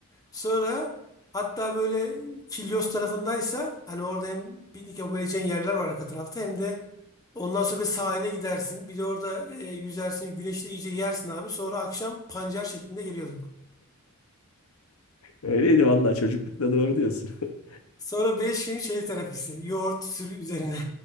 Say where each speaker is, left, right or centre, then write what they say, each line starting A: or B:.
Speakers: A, on the left; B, on the left.
A: Sonra hatta böyle Kilyos tarafındaysa hani orada hem piknik yapabileceğin yerler var arka tarafta hem de ondan sonra bir sahile gidersin. Bir de orada e, yüzersin. Güneşte iyice yersin abi. Sonra akşam pancar şeklinde geliyorduk.
B: Öyleydi vallahi çocuklukta doğru diyorsun. <laughs>
A: Sonra 5 gün şey terapisi. Yoğurt sürü üzerine.